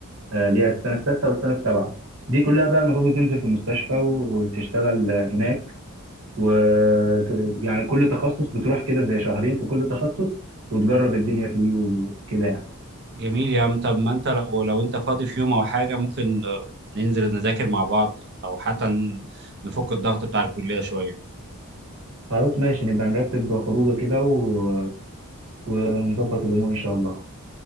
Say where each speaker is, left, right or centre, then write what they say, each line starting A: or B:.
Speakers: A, on the right; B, on the right.
A: آه، اللي هي السنه السادسه والسنه السابعه دي كلها بقى المفروض تنزل في المستشفى وتشتغل هناك و يعني كل تخصص بتروح كده زي شهرين في كل تخصص وتجرب الدنيا فيه وكده يعني
B: جميل يا عم طب ما انت لو لو انت فاضي في يوم او حاجة ممكن آه، ننزل نذاكر مع بعض او حتى ن- نفك الضغط بتاع الكلية شوية
A: خلاص ماشي نبقى نرتب خروجه كده و... ونظبط الامور ان شاء الله